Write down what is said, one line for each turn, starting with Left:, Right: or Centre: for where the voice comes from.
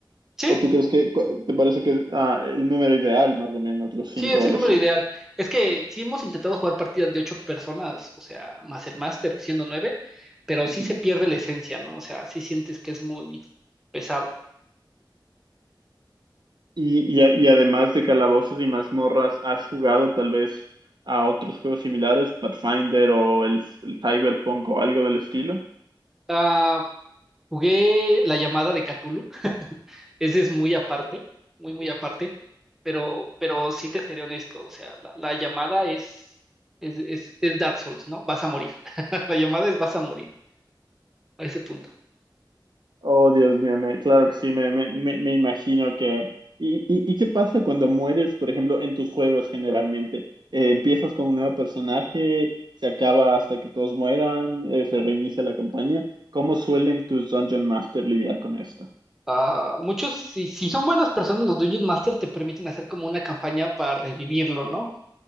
Centre: ¿Sí?
Right: ¿O tú crees que cu- te parece que es ah, el número ideal, más o menos, los cinco
Centre: Sí, es
Right: o
Centre: el
Right: los
Centre: número
Right: seis?
Centre: ideal. Es que sí hemos intentado jugar partidas de ocho personas, o sea, más el máster siendo nueve, pero
Right: Ujú.
Centre: sí se pierde la esencia, ¿no? O sea, sí sientes que es muy pesado.
Right: Y, y, a- y además de Calabozos y Mazmorras, ¿has jugado tal vez a otros juegos similares, Pathfinder o el, el Cyberpunk o algo del estilo?
Centre: Ah, jugué la llamada de Cthulhu, <laughs> ese es muy aparte, muy, muy aparte, pero, pero sí te seré honesto, o sea, la, la llamada es, es, es, es Dark Souls, ¿no? Vas a morir. <laughs> La llamada es vas a morir a ese punto.
Right: Oh, Dios mío, me- claro que sí, me, me, me- me imagino que... ¿Y, y, y qué pasa cuando mueres, por ejemplo, en tus juegos generalmente? Eh, ¿empiezas con un nuevo personaje? ¿Se acaba hasta que todos mueran? Eh, ¿se reinicia la campaña? ¿Cómo suelen tus Dungeon Master lidiar con esto?
Centre: Ah, muchos, si, si son buenas personas, los Dungeon Master te permiten hacer como una campaña para revivirlo, ¿no?